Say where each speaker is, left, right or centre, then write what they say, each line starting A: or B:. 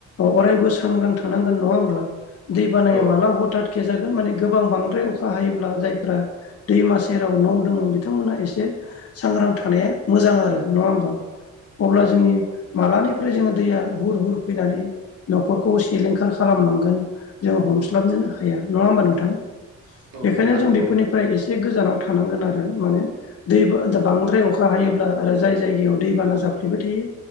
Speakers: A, on the left; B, on the right.
A: अरायबो सांग्रां थानांगोन नङा होमब्ला। दै बानाया
B: औ
A: माला हथाथ खे जागोन माने गोबां बांद्राय अखा हायोब्ला जायफ्रा दैमा सेराव न' दङ बिथांमोना एसे सांग्रां थानाया मोजां आरो नङा होमबा अब्ला
B: औ
A: जोंनि
B: औ
A: मालानिफ्राय जोंखौ दैया हुर हुर फैनानै न'खरखौ सिलिंखार खालामलांगोन जोङो हमस्लाबनो हाया नङा होनबा नोंथां,
B: नोंथां
A: बेनिखायनो जों
B: नंगौ
A: बेफोरनिफ्राय एसे गोजानाव थानांगोन आरो माने दै बांद्राय अखा हायोब्ला आरो जाय जायगायाव दैबाना। जाफ्लेबाय थायो